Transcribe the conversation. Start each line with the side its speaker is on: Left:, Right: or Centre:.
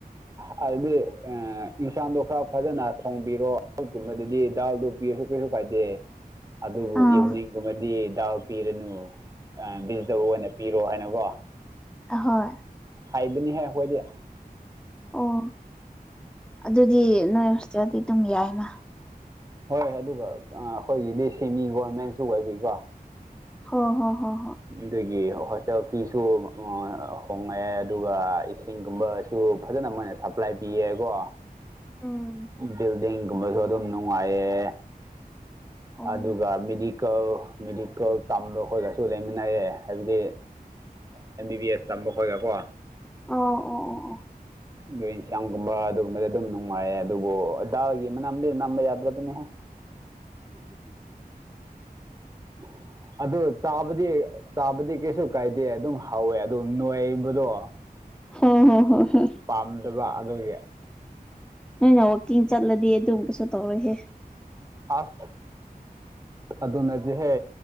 Right: ꯍꯥꯏꯕꯗꯤ ꯌꯦꯟꯁꯥꯡꯗꯣ ꯈꯔ ꯐꯖꯅ ꯊꯣꯡꯕꯤꯔꯣ ꯑꯗꯨꯒꯨꯝꯕꯗꯗꯤ ꯗꯥꯜꯗꯣ ꯄꯤꯔꯁꯨ ꯀꯩꯁꯨ ꯀꯥꯏꯗꯦ ꯑꯗꯨꯕꯨ
Centre: ꯑꯥ
Right: ꯏꯚꯅꯤꯡꯒꯨꯝꯕꯗꯤ ꯗꯥꯎ ꯄꯤꯔꯅꯨ ꯚꯤꯖꯤꯇꯦꯕꯜ ꯑꯣꯏꯅ ꯄꯤꯔꯣ ꯍꯥꯏꯅ ꯋꯥ
Centre: ꯍꯣꯏ
Right: ꯍꯥꯏꯕꯅꯤꯍꯦ ꯍꯣꯏꯗꯤ
Centre: ꯑꯣ ꯑꯗꯨꯗꯤ ꯅꯣꯏ ꯍꯦꯜꯗꯤ ꯑꯗꯨꯝ ꯌꯥꯏꯅ
Right: ꯍꯣꯏ ꯑꯗꯨꯒ ꯑꯩꯈꯣꯏꯒꯤꯗꯤ ꯁꯤꯦꯃꯤ ꯒꯣꯔꯃꯦꯟꯁꯨ ꯑꯣꯏꯕꯤꯀꯣ
Centre: ꯍ ꯍꯣ ꯍꯣ ꯍꯣꯏ
Right: ꯑꯗꯨꯒꯤ ꯍꯣꯁꯇꯦꯜ ꯐꯤꯁꯨ ꯍꯣꯡꯉꯛꯑꯦ ꯑꯗꯨꯒ ꯏꯁꯤꯡꯒꯨꯝꯕꯁꯨ ꯐꯖꯅ ꯃꯣꯏꯅ ꯁꯄ꯭ꯂꯥꯏ ꯄꯤꯌꯦꯀꯣ
Centre: ꯎꯝ
Right: ꯕꯤꯜꯗꯤꯡꯒꯨꯝꯕꯁꯨ ꯑꯗꯨꯝ ꯅꯨꯡꯉꯥꯏꯌꯦ
Centre: ꯑꯣ
Right: ꯑꯗꯨꯒ ꯃꯦꯗꯤꯀꯦꯜ ꯃꯦꯗꯤꯀꯦꯜ ꯇꯝꯕ ꯑꯩꯈꯣꯏꯒꯁꯨ ꯁꯨ ꯂꯩꯃꯤꯟꯅꯌꯦꯦ ꯍꯥꯏꯕꯗꯤ ꯑꯦꯝ ꯕꯤ ꯕꯤ ꯑꯦꯁ ꯇꯝꯕ ꯈꯣꯏꯒ ꯀꯣ
Centre: ꯑꯣ ꯑꯣ ꯑꯣ ꯑꯣ
Right: ꯂꯣꯏ ꯏꯟꯁꯥꯡꯒꯨꯝꯕ ꯑꯗꯨꯒꯨꯝꯕꯗ ꯑꯗꯨꯝ ꯅꯨꯡꯉꯥꯏꯌꯦ ꯑꯗꯨꯕꯨ ꯗꯥꯒꯤ ꯃꯅꯥꯝꯗꯤ ꯅꯝꯕ ꯌꯥꯗ꯭ꯔꯕꯅꯦꯍ ꯎ ꯑꯗꯨ ꯆꯥꯕꯗꯤ ꯆꯥꯕꯗꯤ ꯀꯩꯁꯨ ꯀꯥꯏꯗꯦ ꯑꯗꯨꯝ ꯍꯥꯎꯋꯦ ꯑꯗꯨ ꯅꯣꯏꯕꯗꯣ
Centre: ꯍ ꯍꯣ ꯍꯣꯏ ꯍꯣꯏ
Right: ꯄꯥꯝꯗꯕ ꯑꯗꯨꯒꯤ
Centre: ꯅꯣꯏꯅ ꯋꯥꯛꯀꯤꯡ ꯆꯠꯂꯗꯤ ꯑꯗꯨꯝ ꯀꯩꯁꯨ ꯇꯧꯔꯍꯦ
Right: ꯑꯁ ꯑꯗꯨꯅꯗꯤꯍꯦ